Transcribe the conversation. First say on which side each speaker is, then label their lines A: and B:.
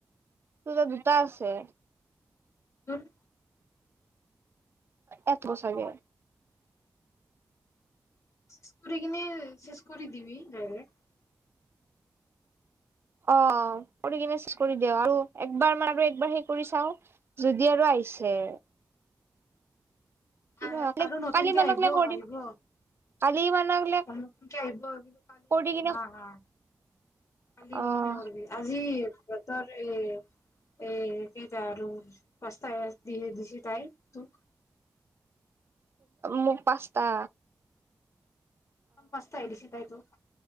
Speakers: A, on the right; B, on the left.
A: তোৰ ত দুটা আছে।
B: তোৰ
A: এক বছৰে
B: চেছ কুৰি কিনে চেছ কৰি দিবি দাৰেক
A: অ কৰি কিনে চেছ কৰি দেঅ আৰু একবাৰ মাৰো আৰু একবাৰ সেই কৰি চাও যদি আৰু আহিছে। কিবা
B: আহ আৰু নতুনকে
A: কালি মানকলে
B: আহিব
A: কৰিম
B: আহিব
A: কালি মানকলে
B: নতুনকে আহিব
A: কৰি কিনে
B: হা হা কালি
A: অ
B: মানে কৰবি আজি তৰতৰ এই এ কেইটা আৰু পাঁচটা এছ দি দিছি তাই তোক
A: মোক পাঁচ টা
B: প্ৰথম পাঁচতা এৰি দিছি তাই তোক